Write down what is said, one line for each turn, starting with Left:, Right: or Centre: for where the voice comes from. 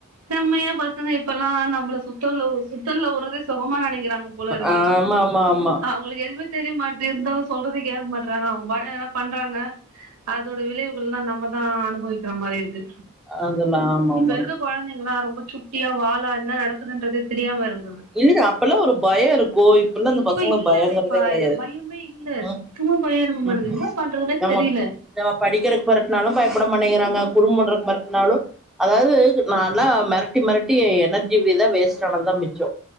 Right: செம்மையா பசங்க இப்பெல்லா நம்மள சுத்தல்ல சுத்தல்ல உறதே சுகமா நெனைக்க றாங்க போலருக்கு
Centre: ஆமா ஆமா ஆமா
Right: அவுங்களுக் எதுமே தெரிய மாட்டே இருந்தாலு சொல்றதே கேக் மாட்டறாங்க அவுங்க பாட்டுனு எதனா பண்றாங்க அதோட விளைவுகள்ல்லா நம்மதா அனுபவிக்கிற மாரி ஆயிருது
Centre: அதெல்லா ஆமாமா
Right: இப்ப இருக்க கொழந்தைங்கல்லா ரொம்ப சுட்டியா வாலா என்ன நடக்குதுன்றதே தெரியாம இருக்
Centre: இல்ல அப்பெல்லா ஒரு பய இருக்கு இப்பெல்லா அந்த
Right: இப்ப
Centre: பசங்களுக்கு
Right: இல்லல்ல
Centre: பயங்கறதே
Right: இப்ப
Centre: கெடையாது
Right: இப்ப பயமே இல்ல
Centre: ம்
Right: சுத்த மா பயோ இருக்க மாட்டுகிது
Centre: ம்
Right: என்னா பண்றதுனே
Centre: நம்ம
Right: தெரியில
Centre: நம்ம படிக்கிறக்கு பெரட்னாலு பயப்பட மாட் டிங்கிறாங்க குறும் பண்றக் மெரட்னாலு அதாவது நால்லா மெரட்டி மெரட்டி எ எனர்ஜி வே தா வேஸ்ட்டானத்தா மிச்சோ